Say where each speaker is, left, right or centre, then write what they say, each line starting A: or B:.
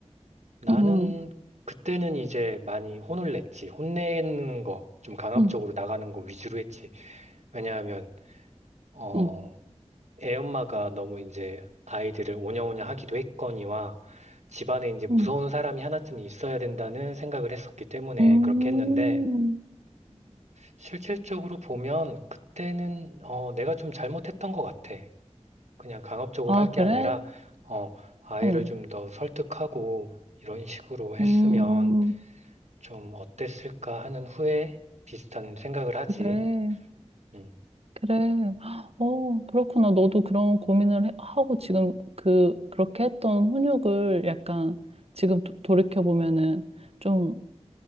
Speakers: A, on the right; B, on the right.
A: 나는
B: 응, 응,
A: 그때는 이제 많이 혼을 냈지. 혼내는 거, 좀 강압적으로
B: 응,
A: 나가는 거 위주로 했지. 왜냐하면, 어,
B: 응,
A: 애 엄마가 너무 이제 아이들을 오냐오냐 하기도 했거니와 집안에 이제 무서운
B: 응,
A: 사람이 하나쯤 있어야 된다는 생각을 했었기 때문에
B: 응
A: 그렇게 했는데 실질적으로 보면 그때는 어, 내가 좀 잘못했던 것 같아. 그냥 강압적으로
B: 아,
A: 할 게
B: 그래?
A: 아니라 어, 아이를
B: 어,
A: 좀 더 설득하고 이런 식으로 했으면
B: 음,
A: 좀 어땠을까 하는 후에 비슷한 생각을 하지.
B: 그래.
A: 음,
B: 그래. 어, 그렇구나. 너도 그런 고민을 해- 하고 지금 그, 그렇게 했던 훈육을 약간 지금 도- 돌이켜보면은 좀